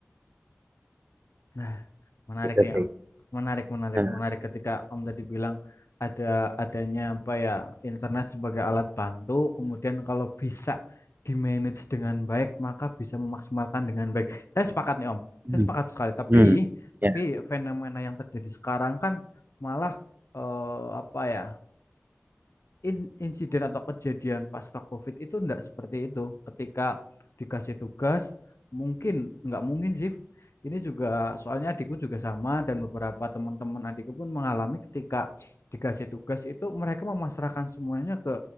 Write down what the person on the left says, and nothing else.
Nah, menarik
nih
Om. Menarik, menarik,
menarik ketika Om tadi bilang ada adanya apa ya internet sebagai alat bantu, kemudian kalau bisa di-manage dengan baik, maka bisa memaksimalkan dengan baik. Saya sepakat nih Om.
Saya sepakat sekali, tapi
tapi
fenomena yang terjadi sekarang kan malah eh, apa ya? in- insiden atau kejadian pasca COVID itu enggak seperti itu. Ketika dikasih tugas, mungkin nggak mungkin sih. Ini juga soalnya adikku juga sama dan beberapa teman-teman adikku pun mengalami ketika dikasih tugas itu mereka memasrahkan semuanya ke